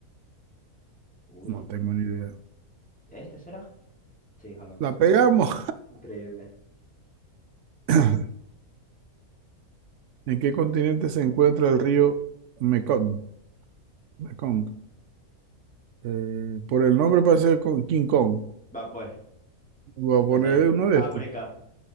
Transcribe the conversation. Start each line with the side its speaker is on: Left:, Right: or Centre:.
Centre: Uy,
Right: No tengo ni idea.
Centre: ¿este será? Sí, jalamos.
Right: La pegamos.
Centre: Increíble.
Right: <laughs> <clears throat> ¿En qué continente se encuentra el río Mekong? Mekong. Eh, por el nombre parece con King Kong.
Centre: Va pues,
Right: Voy a poner
Centre: no sé.
Right: uno de
Centre: África.
Right: estos.